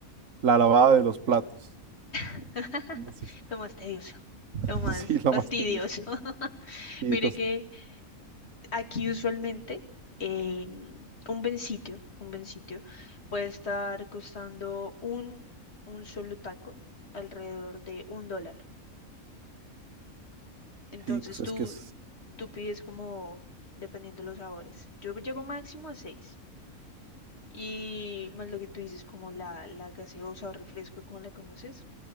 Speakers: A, on the right (about 65°); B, on the left (about 45°).
A: la lavada de los platos.
B: <laughs>
A: Entonces,
B: Lo más tedioso,
A: <laughs>
B: lo más
A: sí, lo
B: fastidioso.
A: más tedioso.
B: <laughs>
A: Sí, entonces,
B: Mire que aquí usualmente eh, un buen sitio, un buen sitio puede estar costando un, un solo taco alrededor de un dólar. Entonces
A: sí, pues es
B: tú,
A: que es...
B: tú pides como dependiendo los sabores. Yo llego máximo a seis. Y más lo que tú dices, como la, la gaseosa o refresco, como la conoces,